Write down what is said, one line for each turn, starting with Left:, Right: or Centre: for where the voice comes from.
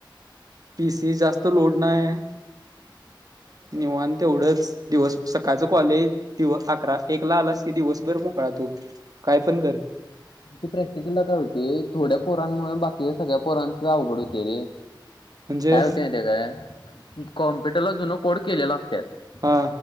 Right: पीसी जास्त लोड नाय, निवांत तेवढंच दिवस सकाळच कॉलेज, दिव अकरा एकला आलास कि दिवसभर मोकळा तू काय पण कर
Left: ते प्रॅक्टिकलला काय होते, थोड्या पोरांमुळे बाकीच्या सगळ्या पोरां <unintelligible> अवघड होते रे,
Right: म्हणजे
Left: काय होते माहिती काय? कॉम पण त्याला जुनं कोड केलेलं असत्यात
Right: हा